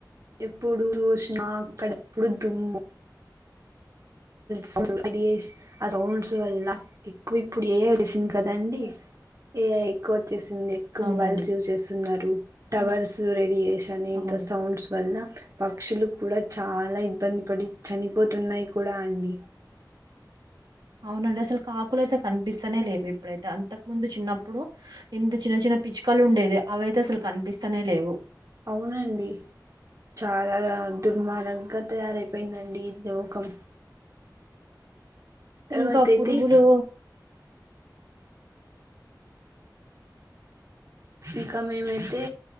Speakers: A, on the right; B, on the right.
A: ఎప్పుడు చూసిన అక్కడెప్పుడు దుమ్ము <inaudible> ఆ సౌండ్స్ వల్ల ఎక్కువ ఇప్పుడు ఏ ఐ వచ్చేసింది కదండి ఎ ఐ కొ వచ్చేసింది. ఎక్కువ
B: అవునండి.
A: మొబైల్స్ యూజ్ చేస్తున్నారు. టవర్స్
B: హ్మ్.
A: రేడియేషన్ ఇంత
B: అవును.
A: సౌండ్స్ వల్ల పక్షులు కూడా చాలా ఇబ్బంది పడి చనిపోతున్నాయి కూడా అండి.
B: అవునండి అసలు కాకులు అయితే కనిపిస్తానే లేవు. ఇప్పుడైతే అంతకు ముందు చిన్నప్పుడు ఇంత చిన్న చిన్న పిచ్చుకలు ఉండేవి. అవైతే అసలు కనిపిస్తానే లేవు.
A: అవునండి చాలా అద్దుమానంగా తయారైపోయిందండి లోకం తర్వాత
B: ఇంకా
A: అయితే
B: పురుగులు
A: ఇంకా మేమైతే